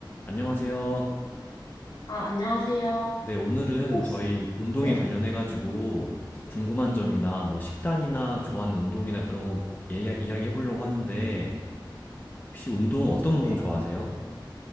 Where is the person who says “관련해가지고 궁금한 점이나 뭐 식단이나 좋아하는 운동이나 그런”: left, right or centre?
Left